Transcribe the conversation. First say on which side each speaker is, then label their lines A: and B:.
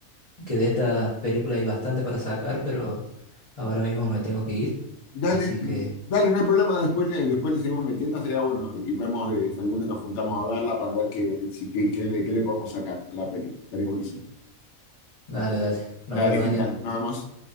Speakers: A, on the left (about 35°); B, on the left (about 80°).
A: Que de esta película hay bastante para sacar, pero ahora mismo me tengo que ir.
B: Dale,
A: Así que,
B: mm, dale, no hay problema, después le, después le seguimos metiendo, sería bueno. Y vemos de- si alguna nos juntamos a verla para ver qué, si- qué, qué le qué le podemos sacar a la peli. Estaría buenísimo.
A: dale, dale. Nos
B: Dale,
A: vemos,
B: genial,
A: Daniel.
B: nada más